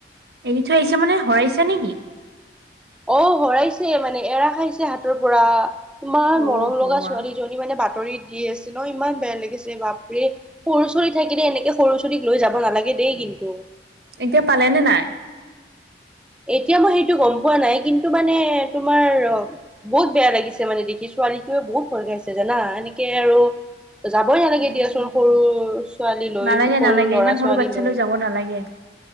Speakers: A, on the right; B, in the centre.
A: এৰি থৈ আহিছে মানে শৰাইছে নেকি
B: অ', হৰাইছে মানে এৰা খাইছে হাতৰ পৰা তোমাৰ
A: অ
B: মৰম
A: ভগৱান
B: লগা ছোৱালীজনী মানে বাট বাতৰি দি আছে ন ইমান বেয়া লাগিছে বাপৰে সৰু চৰি থাকিলে এনেকে সৰু চৰিক লৈ যাব নালাগে দেই কিন্তু
A: এতিয়া পালে নে নাই
B: এতিয়া মই সেইটো গম পোৱা নাই কিন্তু মানে তোমাৰ ', অ বহুত বেয়া লাগিছে মানে দেখিছো ছোৱালীটয়ে বহুত ভয় খাইছে জানা এনেকে আৰু যাবই নালাগে
A: অ
B: দিয়াচোন সৰু ছোৱালী লৈ
A: নালাগে
B: সৰু
A: নালাগে
B: ল'ৰা
A: ইমান সৰু
B: ছোৱালী
A: বাচ্ছা
B: লৈ
A: যাব নালাগে